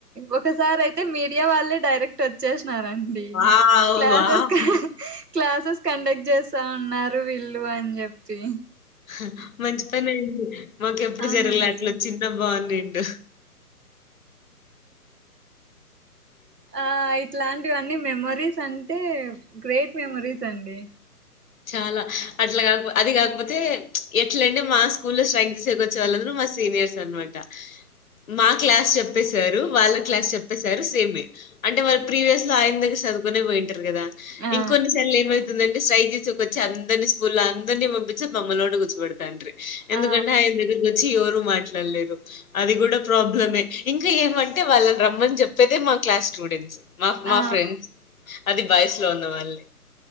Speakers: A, on the right; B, on the left.
A: ఒకసారి అయితే మీడియా వాళ్ళే డైరెక్ట్ వచ్చే న్నారండి
B: వావ్
A: క్లాస్సేస్
B: వావ్
A: కి క్లాసెస్ కండక్ట్ చేస్తా ఉన్నారు వీళ్ళు అని చెప్పి
B: ఊ ఆ మంచి పని అయింది మాకు ఎప్పుడు
A: అవునండి
B: జరగలే అట్లా వచ్చిన బాగుండేట్ డు
A: ఆ ఇట్లా వన్నీ మెమరీస్ అంటే గ్రేట్ మెమరీస్ అండి
B: చాలా అట్లా కాకపో అది కాకపోతే ఎట్లంటే మా స్కూల్ లో స్ట్రైక్ చేసేక వచ్చే వాళ్ళందరూ మా సీనియర్స్ అనమాట మా క్లాస్ చెప్పసారు వాళ్ళ క్లాస్ చెప్పసారు సేమే అంటే వాళ్ళ ప్రీవియస్ లో ఆయన దగ్గర చదువుకుొనే పోయింటారు కదా
A: ఆ
B: ఇంకొన్నిసార్లు ఏమై సైజు కొచ్చి అందరిని స్కూల్ అందరిని పంపిించి బమ్మల్లోండి కూర్చుెతానుీ ఎందుకంటే
A: ఆ
B: అయన దగ్గరకు వచ్చి ఎ మాట్లాడలేరు అది కూడా ప్రాబ్లమే ఇంకా ఏమంటే వాళ్ళని రమ్మని చెప్పేదే మా క్లాస్ స్టూడెంట్స్ మా మా
A: ఆ
B: ఫ్రెండ్స్ అది వయసులో ఉన్నా మళ్ళీ